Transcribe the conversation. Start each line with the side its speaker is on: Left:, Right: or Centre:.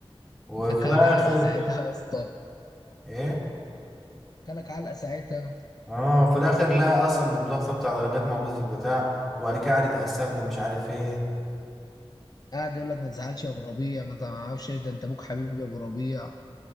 Centre: وفي
Left: ده كلك
Centre: الاخر
Left: علقة ساعتها يا اسطى
Centre: ايه
Left: كلك علقة ساعتها
Centre: اه في الاخر لقى اصلا الدفتر بتاع درجات موجود في البتاع وبعد كده قعد يتأسف له مش عارف ايه
Left: قاعد يقول لك ما تزعلش يا ابو ربيع ما تعرفش إيش ده انت ابوك حبيبي يا ابو ربيع